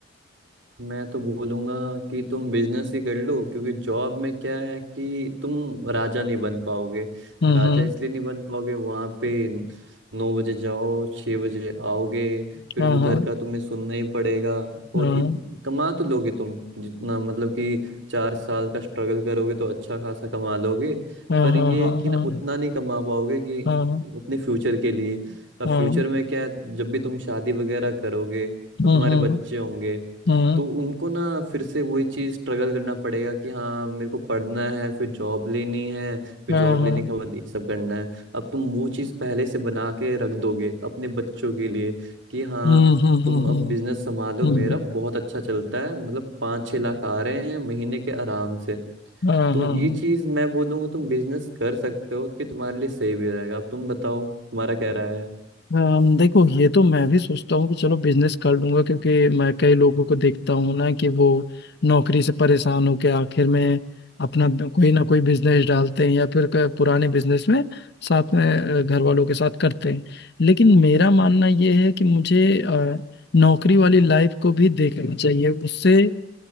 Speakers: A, on the right; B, on the left.
A: मैं तो बोलूंगा कि तुम बिजनेस ही कर लो क्योंकि जॉब में क्या है कि तुम राजा नहीं बन पाओगे
B: हम्म
A: राजा
B: हम्म
A: इसलिए नहीं बन पाओगे वहां पे नौ बजे जाओ छह बजे आओगे फिर
B: हाँ
A: उधर
B: हाँ
A: का तुम्हें सुनना ही पड़ेगा
B: हाँ
A: और इत, कमा तो लोगे तुम जितना मतलब कि चार साल का स्ट्रगल करोगे तो अच्छा खासा कमा लोगे
B: हाँ
A: पर
B: हाँ
A: ये
B: हाँ
A: है कि
B: हाँ
A: ना उतना नहीं कमा पाओगे कि
B: हाँ
A: अपने फ्यूचर के लिए अब
B: हाँ
A: फ्यूचर में क्या है जब भी तुम शादी वगैरह करोगे और
B: हम्म
A: तुम्हारे
B: हम्म
A: बच्चे होंगे
B: हम्म
A: तो उनको ना फिर से वही चीज स्ट्रगल करना पड़ेगा कि हाँ मेरे को पढ़ना है फिर जॉब लेनी है फिर
B: हाँ
A: जॉब
B: हाँ
A: लेने के बाद ये सब करना है अब तुम वो चीज पहले से बना के रख दोगे अपने बच्चों के लिए कि हाँ
B: हम्म हम्म
A: तुम
B: हम्म
A: अब बिजनेस संभालो
B: हम्म
A: मेरा
B: हम्म,
A: बहुत अच्छा चलता है मतलब पाँच छह लाख आ रहे हैं महीने के आराम से
B: हाँ
A: तो
B: हाँ
A: ये
B: हाँ
A: चीज मैं बोल दूंगा तुम बिजनेस कर सकते हो कि तुम्हारे लिए सही भी रहेगा अब तुम बताओ तुम्हारा क्या राय
B: अम, देखो ये तो मैं भी सोचता हूँ कि चलो बिजनेस कर लूंगा क्योंकि मैं कई लोगों को देखता हूँ ना कि वो नौकरी से परेशान होकर आखिर में अपना ब- कोई
A: है
B: ना कोई बिजनेस डालते हैं या फिर क- पुराने बिजनेस में साथ में अ, घर वालों के साथ करते हैं लेकिन मेरा मानना ये है कि मुझे अ, नौकरी वाली लाइफ को भी देखना चाहिए उससे अ,